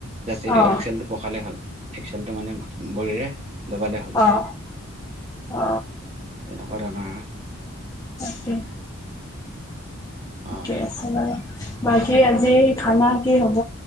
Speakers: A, on the right (about 30°); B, on the left (about 15°).
A: জাষ্ট এইটো
B: অ',
A: এক্সেলটো পকালে হ'ল, এক্সেলটো মানে
B: অ', অ।
A: অদানৰ
B: তাকে,
A: অ
B: অকে আছে বাৰু। বাকী আজি খানা কি হব?